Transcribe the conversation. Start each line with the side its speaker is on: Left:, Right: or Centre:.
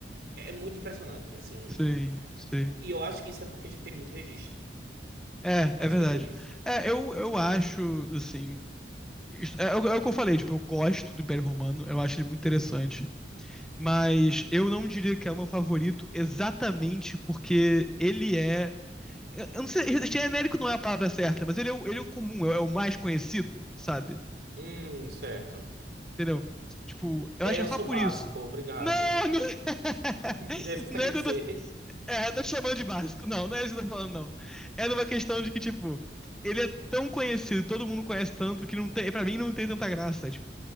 Right: é é muito impressionante, assim.
Centre: Sim, sim.
Right: E eu acho que isso é porque a gente tem muito registro.
Centre: É,
Right: Acho
Centre: é verdade.
Right: que é por isso.
Centre: É, eu, eu acho, assim. isso- É, é o é o que eu falei, tipo, eu gosto do Império Romano, eu acho ele muito
Right: Uhum.
Centre: interessante. Mas eu não diria que é o meu favorito exatamente porque ele é. Eu eu não sei, genérico não é a palavra certa, mas ele é o, ele é o comum, é o mais conhecido, sabe?
Right: Hum, certo.
Centre: Entendeu? Tipo, eu
Right: É,
Centre: acho que
Right: eu
Centre: é só
Right: sou
Centre: por
Right: básico,
Centre: isso.
Right: obrigado.
Centre: Não, não, <laughs>
Right: <laughs> É isso que
Centre: não
Right: você quer
Centre: é que
Right: dizer.
Centre: eu tô, é, eu tô te chamando de básico. Não, não é isso que eu tô falando, não. É numa questão de que, tipo, ele é tão conhecido, todo mundo conhece tanto, que não tem, pra mim não tem tanta graça. Tipo,